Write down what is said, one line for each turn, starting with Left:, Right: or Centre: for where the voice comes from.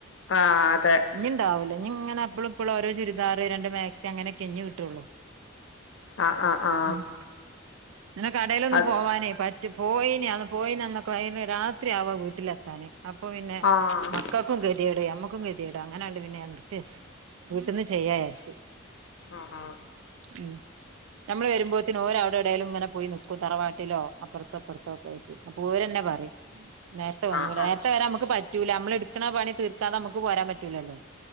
Left: ആഹ് അതെ
Right: ഇനി ഉണ്ടാവില്ല ഇനി ഇങ്ങനെ എപ്പ എപ്പോളോ ഓരോ ചുരിദാർ രണ്ട് മാക്സി അങ്ങനെക്കെ ഇനി കിട്ടതുള്ളു
Left: ആഹ് ആഹ്
Right: ഇന്നലെകടേലൊന്നും
Left: ആഹ് അത്
Right: പോവാനേ പ പോയിന് അ പോയിനന്നൊക്കെ രാത്രി ആവാ വീട്ടിലെത്താന് അപ്പൊ പിന്നെ
Left: ആഹ്
Right: മ മക്കക്കും കെതേട് ന മ്മക്കും കെതിടാ അങ്ങനെയണ്ട് പിന്നെഞാൻ നിർത്തിവച്ച് വീട്ട് ന്ന് ചെയ്യായാ ര് ച്‌
Left: ആഹാ
Right: ഉം നമ്മള് വരുമ്പോത്തിന് ഓലെ അവട വെടെലും ഇങ്ങനെപോയി നിക്കും തറവാട്ടിലോ അപ്പർത്തോഇപ്പർത്തോ ക്കെയായിട്ട് അപ്പോ ഓരന്നെ പറയും നേരത്തെ വന്നൂട
Left: ആഹ് ആഹ്
Right: നേരത്തെ വരെ നമുക്ക് പറ്റൂല നമ്മള് ഇട് ക്ക്ണ പണി തീർക്കാതെ നമുക്ക് പോരാൻ പറ്റൂല്ലല്ലോ